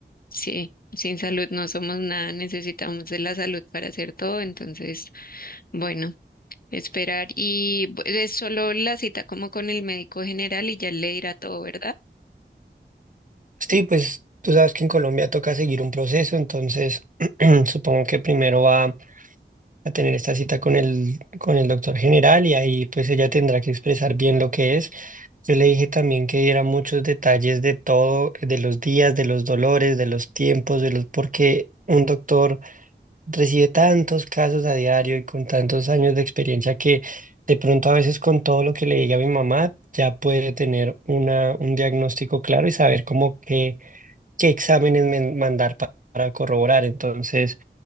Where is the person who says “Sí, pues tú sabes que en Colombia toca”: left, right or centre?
Right